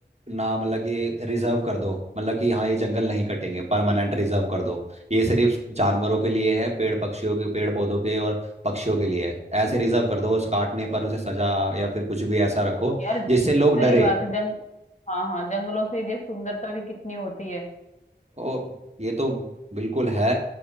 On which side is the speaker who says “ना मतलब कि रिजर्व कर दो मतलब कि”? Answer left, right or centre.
Right